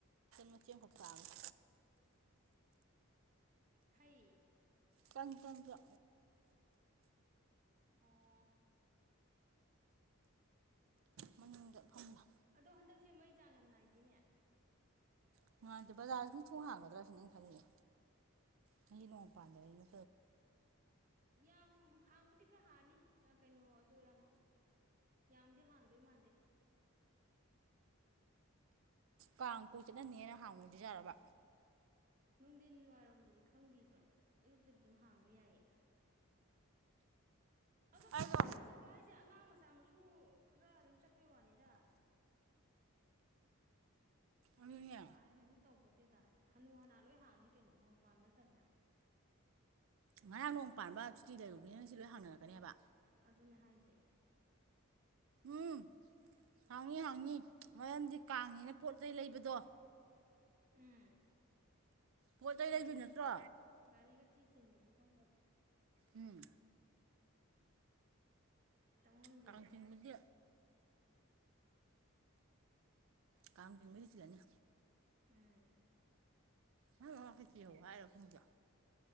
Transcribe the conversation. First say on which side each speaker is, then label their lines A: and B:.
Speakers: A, on the right (about 65°); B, on the right (about 35°).
A: ꯃꯆꯦ ꯑꯃꯈꯛ ꯆꯥꯕ
B: ꯍꯩ
A: ꯇ ꯇ
B: ꯑꯣ
A: ꯃꯅꯨꯡꯗꯅꯤꯡ ꯐꯕ
B: ꯑꯗꯣ ꯍꯟꯗꯛꯁꯦ ꯃꯩ ꯆꯥꯡ ꯌꯥꯝ ꯅꯥꯏꯗꯦꯅꯦ
A: ꯉꯅꯨꯡꯉꯥꯟꯗꯤꯦ ꯕꯖꯥꯔꯁꯤꯅ ꯊꯣꯡ ꯍꯥꯡꯒꯗ꯭ꯔꯁꯤꯅꯦ ꯈꯜꯂꯤꯁ ꯆꯍꯤ ꯅꯣꯡ ꯄꯥꯟꯕ ꯅ
B: ꯌꯥꯝ ꯍꯥꯡꯕꯗꯤ ꯈꯔ ꯍꯥꯡꯅꯤ ꯀꯩꯅꯣ ꯑꯗꯣ ꯌꯥꯝ ꯌꯥꯝꯗꯤ ꯍꯥꯡꯗꯣꯏ ꯃꯥꯟꯗꯦ
A: ꯀꯥꯡ ꯀꯣꯛ ꯆꯠꯅꯅꯦꯅ ꯍꯥꯡꯅꯗꯤ ꯌꯥꯔꯕ
B: ꯅꯨꯡꯊꯤꯟ ꯋꯥꯏꯔꯣꯝꯗꯗꯤ ꯈꯪꯗꯦꯕ ꯑꯌꯨꯛꯇꯗꯤ ꯑꯗꯨꯝ ꯍꯥꯡꯕ ꯌꯥꯏꯌꯦ ꯑꯗꯣ
A: ꯑꯩꯗꯣ
B: ꯀꯥꯡ ꯀꯣꯏꯕ ꯆꯠꯄ ꯍꯥꯏꯁꯦ ꯑꯉꯥꯡ ꯃꯆꯥ ꯃꯁꯨ ꯈꯔ ꯑꯗꯨꯝ ꯆꯠꯄꯩ ꯋꯥꯅꯤꯗ
A: ꯑꯗꯨꯅꯦ
B: ꯀꯥ ꯍꯦꯟꯅꯗꯤ ꯇꯧꯕꯄꯣꯠꯇꯦꯗ ꯍꯅꯨ ꯍꯅꯥ ꯂꯣꯏ ꯍꯥꯡꯅꯤ ꯀꯩꯅꯣ ꯅꯣꯡ ꯄꯥꯟꯕꯝ ꯅꯠꯇꯃꯤꯅ
A: ꯉꯔꯥꯡ ꯅꯣꯡ ꯄꯥꯟꯕ ꯁꯨꯇꯤ ꯂꯩꯔꯨꯕꯅꯦ ꯉꯁꯤ ꯂꯣꯏ ꯍꯥꯡꯅꯔꯛꯀꯅꯦ ꯍꯥꯢꯕ
B: ꯑꯗꯨꯅꯦ ꯍꯥꯏꯁꯦ
A: ꯎꯝ ꯍꯥꯡꯏꯤ ꯍꯥꯡꯉ ꯃꯔꯝꯗꯤ ꯀꯥꯡꯉꯤꯅ ꯄꯣꯠ ꯆꯩꯩ ꯂꯩꯕꯗꯣ
B: ꯎꯝ
A: ꯄꯣꯠ ꯆꯩ ꯂꯩꯗꯣꯏ
B: ꯒꯔꯤ
A: ꯅꯠꯇ꯭ꯔꯣ
B: ꯒꯥꯔꯤꯒ ꯊꯤ ꯆꯤꯟꯕꯁꯨ ꯈꯪ ꯄꯣꯠꯇꯦ
A: ꯎꯝ
B: ꯇꯝꯉꯝꯗꯦꯕ
A: ꯀꯥꯡ ꯆꯤꯡꯕꯗꯤ
B: <unintelligible>
A: ꯀꯥꯡ ꯆꯥꯡꯕꯩꯗꯤ ꯆꯤꯟꯂꯅꯤ
B: ꯎꯝ
A: ꯍꯣꯏ ꯈꯦꯆꯔꯤ ꯍꯧ ꯍꯥꯏꯔꯣ ꯈꯪꯗꯣ